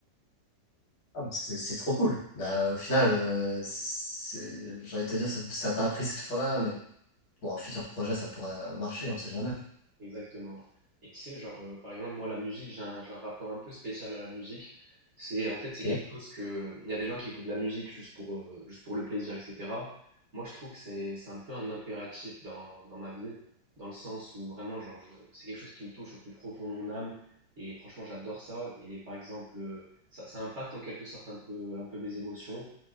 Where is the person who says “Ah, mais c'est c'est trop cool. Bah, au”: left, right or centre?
Left